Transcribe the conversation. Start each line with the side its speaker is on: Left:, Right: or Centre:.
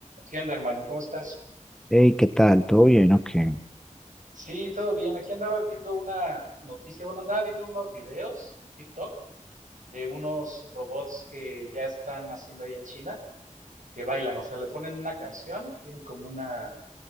Right: ¿Qué onda, hermano? ¿Cómo estás?
Centre: Hey, ¿qué tal? ¿Todo bien o qué?
Right: Sí, todo bien. Aquí andaba viendo una noticia, bueno, andaba viendo unos videos en TikTok de unos robots que ya están haciendo allá en China, que bailan, o sea, le ponen una canción, tienen como una,